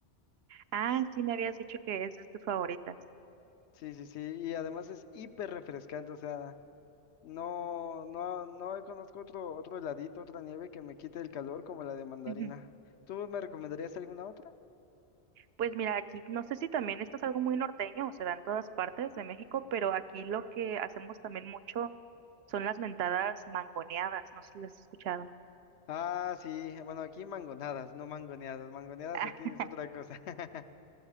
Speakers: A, on the right; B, on the left.
A: Ah, sí, me habías dicho que es de tus favoritas.
B: Sí, sí, sí. Y además es hiper refrescante. O sea, no, no, no conozco otro, otro heladito, otra nieve que me quite el calor como la de mandarina.
A: Ujú.
B: ¿Tú me recomendarías alguna otra?
A: Pues mira, aquí no sé si también esto es algo muy norteño o se da en todas partes de México, pero aquí lo que hacemos también mucho son las mentadas mangoneadas, no sé si las has escuchado.
B: Ah, sí. Bueno, aquí mangonadas, no mangoneadas. Mangoneadas
A: <laughs>
B: aquí es otra cosa. <laughs>